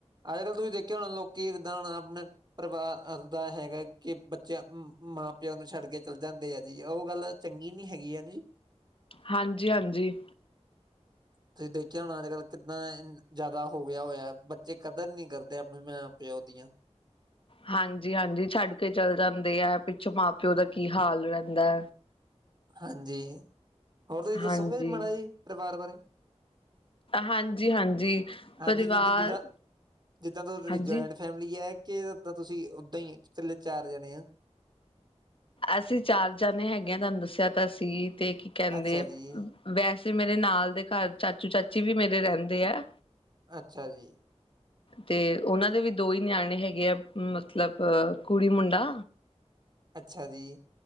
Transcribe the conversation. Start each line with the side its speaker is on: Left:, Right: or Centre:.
Right: ਅੱਜ-ਕੱਲ੍ਹ ਤੁਸੀਂ ਦੇਖਿਆ ਹੋਣਾ ਲੋਕ ਕੀ ਕਿਦਾਂ ਹੁਣ, ਆਪਣੇ ਪਰਿਵਾਰ ਦਾ ਹੈਗਾ ਕਿ ਬੱਚਿਆਂ, ਮਾਂ-ਪਿਓ ਨੂੰ ਛੱਡ ਕੇ ਚੱਲ ਜਾਂਦੇ ਆ ਜੀ। ਉਹ ਗੱਲ ਚੰਗੀ ਨੀ ਹੈਗੀ ਆ ਜੀ।
Left: ਹਾਂਜੀ-ਹਾਂਜੀ।
Right: ਤੁਸੀਂ ਦੇਖਿਆ ਹੁਣਾ ਅੱਜ-ਕੱਲ੍ਹ ਕਿੱਦਾਂ ਜਿਆਦਾ ਹੋ ਗਿਆ ਹੋਇਆ, ਬੱਚੇ ਕਦਰ ਨੀ ਕਰਦੇ ਆਪਣੇ ਪਿਆ ਉਹਦੀਆਂ।
Left: ਹਾਂਜੀ-ਹਾਂਜੀ ਛੱਡ ਕੇ ਚੱਲ ਜਾਂਦੇ ਆ, ਪਿੱਛੋਂ ਮਾਂ-ਪਿਓ ਦਾ ਕੀ ਹਾਲ ਰਹਿੰਦਾ।
Right: ਹਾਂਜੀ ਹੋਰ ਤੁਸੀਂ ਦੱਸੋਗੇ
Left: ਹਾਂਜੀ
Right: ਜੀ, ਮਾੜਾ ਜੀ ਪਰਿਵਾਰ ਬਾਰੇ?
Left: ਹਾਂਜੀ-ਹਾਂਜੀ
Right: ਹਾਂਜੀ
Left: ਪਰਿਵਾਰ
Right: ਜਦ, ਜਿੱਦਾਂ-ਜਿੱਦਾਂ ਤੁਹਡੀ
Left: ਹਾਂਜੀ
Right: ਜੋਇੰਟ ਫੈਮਿਲੀ ਐ ਕਿ ਉਦਾਂ ਤੁਸੀਂ ਓਦਾਂ ਈ, ਚੱਲੇ ਚਾਰ ਜਾਣੇ ਆ।
Left: ਅਸੀਂ ਚਾਰ ਜਣੇ ਹੈਗੇ, ਤੁਹਾਨੂੰ ਦੱਸਿਆ ਤਾਂ ਸੀ ਤੇ ਕੀ ਕਹਿੰਦੇ
Right: ਅੱਛਾ ਜੀ
Left: ਵੈਸੇ ਮੇਰੇ ਨਾਲ ਦੇ ਘਰ ਚਾਚੂ-ਚਾਚੀ ਵੀ ਮੇਰੇ ਰਹਿੰਦੇ ਐ।
Right: ਅੱਛਾ ਜੀ।
Left: ਤੇ ਉਹਨਾਂ ਦੇ ਵੀ ਦੋ ਈ ਨਿਆਣੇਂ ਹੈਗੇ ਆ, ਮਤਲਬ ਕੁੜੀ-ਮੁੰਡਾ।
Right: ਅੱਛਾ ਜੀ।